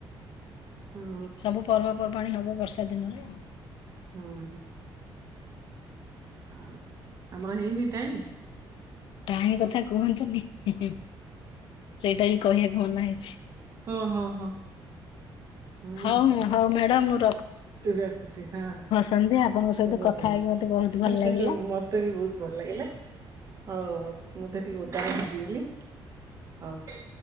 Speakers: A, on the right (about 35°); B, on the left (about 70°).
A: ଆଉ
B: ସବୁ ପର୍ବପର୍ବାଣୀ ହବ ବର୍ଷା ଦିନରେ ଆଉ।
A: ହଁ, ହଁ। ଆଉ ଆମର ହେଇନି ଟାଇମ?
B: ଟାଇମ୍ କଥା କୁହନ୍ତୁନି। ଉଁ ହୁଁ। ସେଇଟା ହିଁ କହିବାକୁ ମନା ହେଇଛି।
A: ହଁ ହଁ ହଁ ହଁ
B: ହଉ, ହଉ ମ୍ୟାଡ଼ାମ ମୋର
A: ରଖୁଛି ହଁ।
B: ସନ୍ଧ୍ୟା ଆପଣଙ୍କ ସହିତ
A: ଶୁଭ
B: କଥା
A: ସନ୍ଧ୍ୟା।
B: ହେଇକି ମତେ ବହୁତ ଭଲ ଲାଗିଲା।
A: ମତେ ବି ବହୁତ ଭଲ ଲାଗିଲା। ହଉ, ହଉ ମୁଁ ତ ଟିକେ ଓଦାରେ ଭିଜିଗଲି। ହଉ।